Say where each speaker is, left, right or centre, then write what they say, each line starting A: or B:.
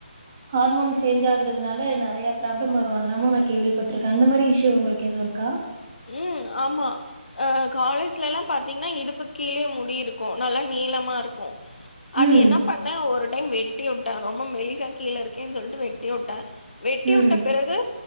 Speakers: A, on the right (about 20°); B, on the left (about 70°).
A: ஹார்மோன் சேஞ்ச் ஆகுறதுனால நெறய ப்ராபளம் வரு அதெல்லாமு நா கேள்விப்பட்டிருக்கே அந்த மாதிரி இஷ்யு உங்களுக்கு எதுவு இருக்கா
B: உம் ஆமா அ காலேஜ்ல எல்லா பாத்தீங்கன்னா இடுப்பு கீழேயே முடிருக்கு நல்லா நீளமா இருக்கு அத
A: ம்,
B: என்ன பண்ணே ஒரு டைம் வெட்டி விட் ரொம்ப மெல்லிசா கீழ இருக்கேன்னு சொல்ட்டு வெட்டி விட்டே வெட்டி
A: ம்,
B: விட்ட பிறகு